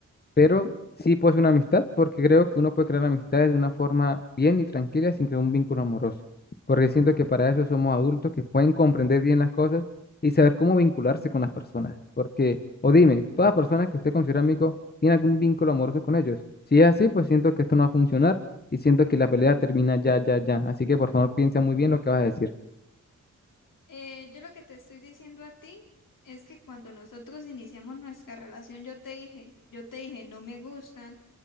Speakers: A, on the left (about 30°); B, on the left (about 80°).
A: pero sí puede ser una amistad porque creo que uno puede crear amistades de una forma bien y tranquila sin crear un vínculo amoroso. Porque siento que para eso somos adultos que pueden comprender bien las cosas y saber cómo vincularse con las personas. Porque, o dime, toda persona que usted considera amigo tiene algún vínculo amoroso con ellos. Si es así, pues siento que esto no va a funcionar y siento que la pelea termina ya, ya, ya. Así que por favor piensa muy bien lo que vas a decir.
B: Eh, yo lo que te estoy diciendo a ti es que cuando nosotros iniciamos nuestra relación, yo te dije, yo te dije, no me gustan